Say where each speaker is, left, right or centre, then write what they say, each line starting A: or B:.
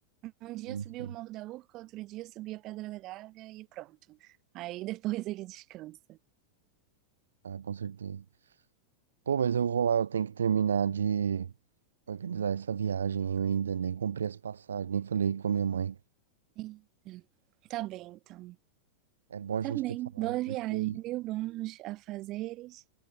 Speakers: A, on the right; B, on the right.
A: Um dia
B: Enfim.
A: subir o Morro da Urca, outro dia subir a Pedra da Gávea e pronto. Aí <laughs> depois ele descansa.
B: Ah, com certeza. Pô, mas eu vou lá, eu tenho que terminar de organizar essa viagem. Eu ainda nem comprei as passagens, nem falei com a minha mãe.
A: E Tá bem, então.
B: É bom a
A: Tá
B: gente
A: bem.
B: ter falado,
A: Boa viagem,
B: porque
A: viu? Bons afazeres